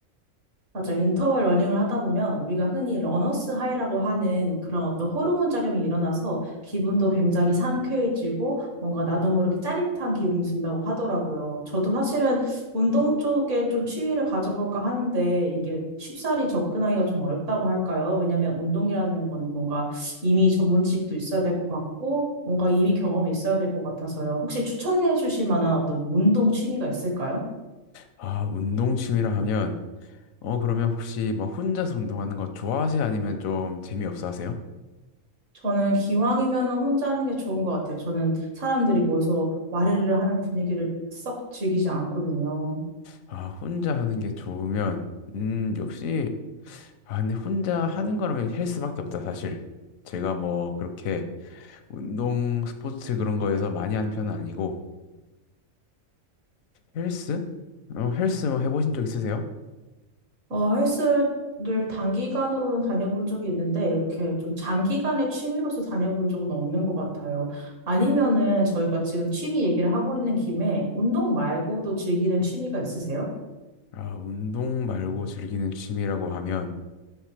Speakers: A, on the right (about 65°); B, on the left (about 80°).
A: 맞아요. 인터벌 러닝을 하다 보면 우리가 흔히 러너스 하이라고 하는 그런 어떤 호르몬 작용이 일어나서 기분도 굉장히 상쾌해지고 뭔가 나도 모르게 짜릿한 기분이 든다고 하더라고요. 저도 사실은 운동 쪽에 좀 취미를 가져볼까 하는데 이게 쉽사리 접근하기가 좀 어렵다고 할까요? 왜냐하면 운동이라는 건 뭔가 이미 전문 지식도 있어야 될 것 같고 뭔가 이미 경험이 있어야 될 것 같아서요. 혹시 추천해 주실 만한 어떤 운동 취미가 있을까요?
B: 아, 운동 취미라 하면 어, 그러면 혹시 뭐 혼자서 운동하는 거 좋아하세요? 아니면 좀 재미없어 하세요?
A: 저는 기왕이면은 혼자 하는 게 좋은 것 같아요. 저는 사람들이 모여서 와르르 하는 분위기를 썩 즐기지 않거든요.
B: 아, 혼자 하는 게 좋으면 음, 역시 아, 근데 혼자 하는 거라면 헬스밖에 없다, 사실. 제가 뭐 그렇게 운동 스포츠 그런 거에서 많이 하는 편은 아니고 헬스? 어, 헬스 뭐 해보신 적 있으세요?
A: 어, 헬스를 단기간으로는 다녀본 적이 있는데 이렇게 좀 장기간의 취미로서 다녀본 적은 없는 것 같아요. 아니면은 저희가 지금 취미 얘기를 하고 있는 김에 운동 말고도 즐기는 취미가 있으세요?
B: 아, 운동 말고 즐기는 취미라고 하면,